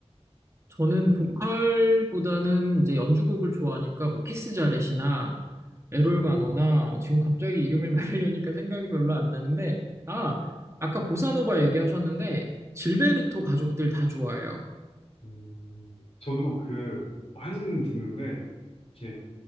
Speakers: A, on the right; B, on the left.
A: 저는
B: 예.
A: 보컬보다는 이제 연주곡을 좋아하니까, 뭐, 키스 자렛이나, 에롤가너나
B: 음.
A: 지금 갑자기 이름을 <laughs> 말하려니까 생각이 별로 안 나는데, 아, 아까 보사노바 얘기하셨는데, 질베르토 가족들 다 좋아해요.
B: 음, 저도 그 많이는 듣는데 이렇게